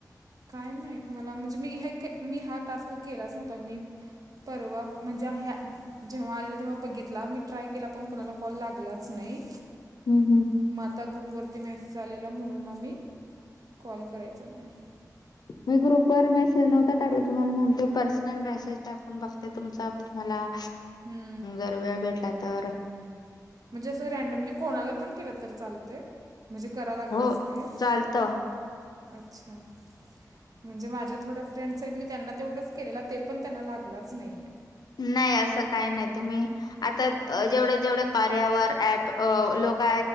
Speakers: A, on the right; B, on the left.
A: काय माहित त मला म्हणजे मी ह मी हा टास्क केलाच नव्हता मी परवा म्हणजे जेव्हा आलेल्या तेव्हा बघितला मी ट्राय केला पण कुणाला कॉल लागलाच नाही
B: हम् हम
A: मग आता ग्रुप वर मेसेज आलेला म्हणून मग मी कॉल करायचं म्हटलं
B: मी ग्रुप वर मेसेज नव्हता टाकला तुम्हाला म्हटलं पर्सनल मेसेज टाकून बघते तुमचा तुमला
A: हम्म.
B: जर वेळ भेटला तर
A: म्हणजे असं रॅडमली कोणाला पण केलं तर चालते म्हणजे करा लागलंय
B: हो
A: सगळे
B: चालत
A: अच्छा म्हणजे माझ्या थोड्या फ्रेंड्स आहेत मी त्यांना तेवढंच केलेला ते पण त्यांना लागलाच नाहीये
B: नाही असं काही नाही तुम्ही आता जेवढ जेवढ्या कार्यावर ऍप लोक